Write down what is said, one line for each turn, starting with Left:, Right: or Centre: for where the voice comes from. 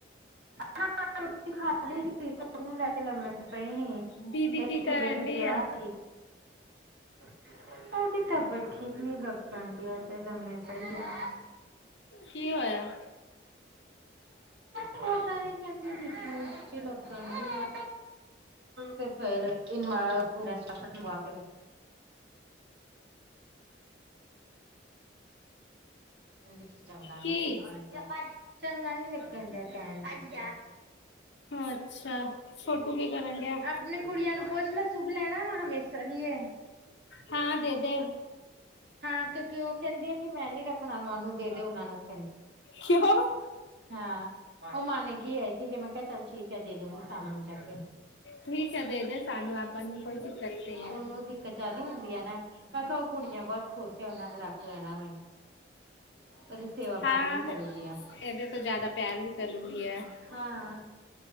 Right: ਹਾਂ, ਰੋਟੀ ਖਾ ਲੀ ਸੀ। ਸਟ ਨੂੰ ਲੈ ਕੇ ਲੰਮੀ ਪਈ ਹੀ,
Left: ਦੀਦੀ
Right: ਇਹ
Left: ਕੀ ਕਰਨ
Right: ਚੂਲੇ
Left: ਡੀ
Right: ਪਿਆ
Left: ਆ
Right: ਕਿ। ਉਹਦੀ ਤਬੀਅਤ ਠੀਕ ਨੀ ਲਰਨ ਡਿਆ ਯ। ਤੇ ਲੰਮੇ ਪਾਈ ਆ।
Left: ਕੀ ਹੋਇਆ
Right: ਪਤਾ ਨੀ ਕਿੰਦੀ ਲੱਗਦਾ ਢਿਆ। ਤੇ ਫੇਰ ਇਨਾ ਪੁਰਾ ਰੈਸਟ ਮੰਗਵਾ ਕੇ ਦਿੱ ਕਹਦੀ ਸੀ ਚੰਗਾ
Left: ਕੀ
Right: ਨੀ ਲੱਗਣ ਚੰਗਾ ਨੀ ਲੱਗਣ ਡਿਆ ਕਹਿਣ ਡਇ ਸੀ।
Left: ਅੱਛਾ, ਛੋਟੂ ਕੀ ਕਰਨ ਡਿਆ।
Right: ਆਪਣੇ ਕੁੜੀਆਂ ਨੂੰ ਪੁੱਛ ਲੈ ਸ਼ੁੱਭ ਲੈਣਾ ਵਾ ਹਮੇਸ਼ਾ ਲਈਏ
Left: ਹਾਂ ਦੇ ਦੇ
Right: ਹਾਂ ਕਿਉਂਕਿ ਉਹ ਕਹਿੰਦੀ ਆ ਕਿ ਮੈਂ ਨੀ ਰੱਖਣਾ ਵਾ ਉਹਨੂੰ ਦੇ ਦੇ ਉਹਨਾ ਨੂੰ
Left: ਕਿਉਂ
Right: ਹਾਂ ਉਹ ਮੰਨ ਗਈ ਹੈ ਇਸ ਲਈ ਮੈਂ ਕਿਹਾ ਚੱਲ ਠੀਕ ਹੈ ਦੇ ਦੂਗੀ। ਸਾਮ ਨੂੰ ਜਾ ਕੇ,
Left: ਠੀਕ ਹੈ ਦੇ ਦੇ ਸਾਨੂੰ ਆਪਾਂ ਨੂੰ ਕੋਈ ਦਿੱਕਤ ਨਹੀਂ ਹੈ
Right: ਓਨੂੰ ਦਿੱਕ ਕਚਾ ਦੀ ਹੁੰਦੀਆ ਨਾ, ਮੈਂ ਕਆ ਓਹ ਕੁੜੀਆਂ ਬੌਤ ਖੁਸ ਏ, ਓਹਨਾਂ ਨੇ ਰੱਖ ਲੈਣਾ ਵਾ ਏਨੂੰ। ਕਦੀ ਸੇਵਾ
Left: ਹਾਂ
Right: ਪਾਣੀ ਵੀ ਕਰੂਗੀਆ,
Left: ਇਹਦੇ ਤੋਂ ਜ਼ਿਆਦਾ ਪਿਆਰ ਵੀ ਕਰੂੰਗੀ ਆ
Right: ਹਾਂ।